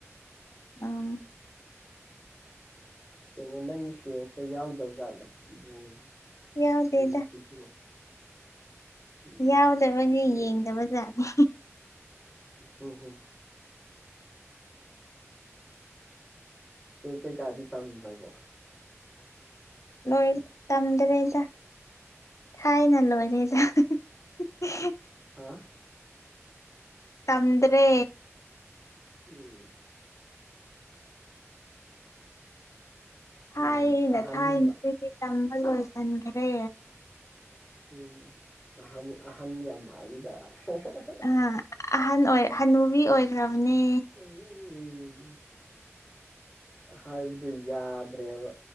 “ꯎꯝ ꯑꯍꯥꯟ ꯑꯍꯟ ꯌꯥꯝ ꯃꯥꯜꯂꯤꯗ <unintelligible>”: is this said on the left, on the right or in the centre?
Centre